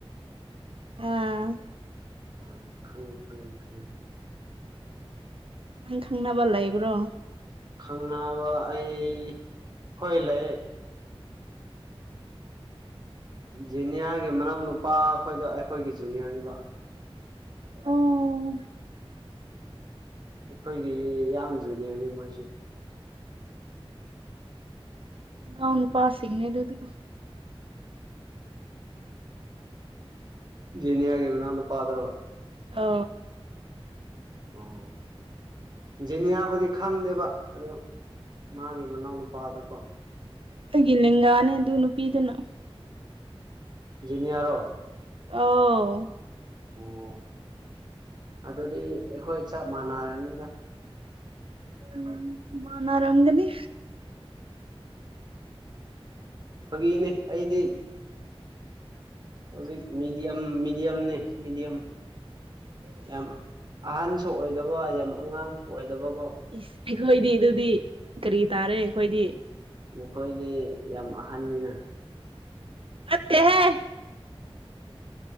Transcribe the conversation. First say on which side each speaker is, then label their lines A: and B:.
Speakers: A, on the right; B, on the right.
A: ꯑꯝ
B: ꯑ ꯈꯪꯉꯤ ꯈꯪꯉꯤ ꯈꯪꯉꯤ
A: ꯅꯪ ꯈꯪꯅꯕꯕꯜꯂ ꯏꯕ꯭ꯔꯣ
B: ꯈꯪꯅꯕ ꯑꯩ ꯍꯣꯏ ꯂꯩ ꯖꯦꯅꯤꯌꯥꯒꯤ ꯃꯅꯥꯎ ꯅꯨꯄꯥ ꯑꯩꯈꯣꯏꯗꯣ ꯑꯩꯈꯣꯏꯒꯤ ꯖꯨꯅꯤꯌꯔꯅꯤꯕ
A: ꯑꯣ
B: ꯑꯩꯈꯣꯏꯒꯤ ꯌꯥꯝ ꯖꯨꯅꯤꯌꯔꯅꯤ ꯃꯣꯏꯁꯨ
A: ꯉꯎꯅ ꯄꯁꯤꯅꯦ ꯑꯗꯨꯗꯤ
B: ꯖꯤꯅꯦ ꯍꯥꯏꯒ ꯅ ꯍꯅ ꯄꯥꯗ꯭ꯔꯣ
A: ꯑ
B: ꯑꯥꯎ ꯖꯤꯅꯤꯌꯥꯕꯨꯗꯤ ꯈꯪꯗꯦꯕ ꯑꯗꯨ ꯃꯥꯒꯤ ꯃꯅꯥꯎꯅꯨꯄꯥꯗꯀꯣ
A: ꯈꯣꯏꯒꯤ ꯂꯒꯥꯅꯦ ꯑꯗꯨ ꯅꯨꯄꯤꯗꯨꯅ
B: ꯖꯤꯅꯤꯌꯥꯔꯣ
A: ꯑ
B: ꯑꯣ ꯑꯗꯨꯗꯤ ꯑꯩꯈꯣꯏ ꯆꯞ ꯃꯥꯟꯅꯔꯅꯤꯅ
A: ꯎꯝ ꯃꯥꯅ ꯑꯔꯒꯅꯤ
B: ꯐꯥꯒꯤꯅꯦ ꯑꯩꯗꯤ ꯍꯧꯖꯤꯛ ꯃꯤꯗꯤꯌꯝ ꯃꯤꯗꯤꯌꯝꯅꯤ ꯃꯤꯗꯤꯌꯝ ꯌꯥꯝ ꯑꯍꯟꯁꯨ ꯑꯣꯏꯗꯕ ꯌꯥꯝ ꯑꯉꯥꯡꯁꯨ ꯑꯣꯏꯗꯕꯀꯣ
A: ꯏꯁ ꯑꯩꯈꯣꯏꯗꯤ ꯑꯗꯨꯗꯤ ꯀꯔꯤ ꯇꯥꯔꯦ ꯑꯩꯈꯣꯏꯗꯤ
B: ꯅꯈꯣꯏꯗꯤ ꯌꯥꯝ ꯑꯍꯟꯅꯤꯅ
A: ꯅꯠꯇ ꯍꯥꯏ